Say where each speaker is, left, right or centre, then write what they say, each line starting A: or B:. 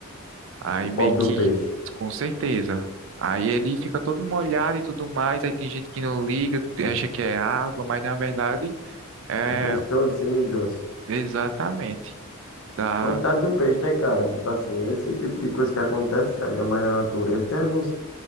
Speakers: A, on the right (about 60°); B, on the left (about 70°).
A: Aí
B: O pobre
A: meio que,
B: do peixe.
A: com certeza. Aí ele fica todo molhado e tudo mais. Aí tem gente que não liga, acha que é água, mas na verdade é
B: O peixe todo se mijou.
A: exatamente. Dá,
B: Coitado do peixe, né, cara? Tipo assim, esse tipo de coisa que acontece, ainda mais na natureza. Tem alguns.